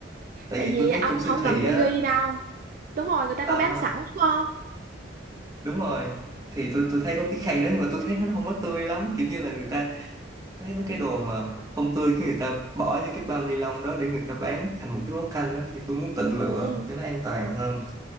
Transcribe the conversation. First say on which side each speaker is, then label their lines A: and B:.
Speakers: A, on the right; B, on the right.
A: tại
B: Tại
A: vì
B: vì
A: tôi thấy
B: ông
A: trong siêu
B: không
A: thị
B: cần phải
A: á
B: ghi đâu. Đúng rồi, người ta
A: ờ,
B: có bán sẵn đúng không?
A: đúng rồi thì tôi tôi thấy có cái khay đó nhưng mà tôi thấy nó không có tươi lắm kiểu như là người ta thấy mấy cái đồ mà không tươi cái người ta bỏ vô cái bao ni lông đó để người ta bán thành một cái món canh đó thì tôi muốn tự lựa
B: Ừ.
A: cho nó an toàn hơn